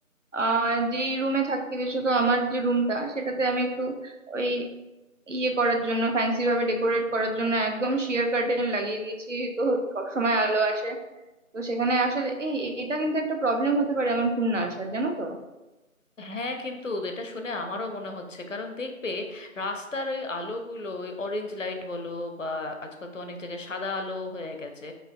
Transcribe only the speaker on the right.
আহ যে রুমে থাকি বিশেষত আমার যে রুমটা সেটাতে আমি একটু ওই ইয়ে করার জন্য ফ্যান্সি ভাবে ডেকোরেট করার জন্য একদম শিয়ার কার্টেন লাগিয়ে দিয়েছি তো সবসময় আলো আসে তো সেখানে আসলে এই এটা কিন্তু একটা প্রবলেম হতে পারে আমার ঘুম না আসার জানো তো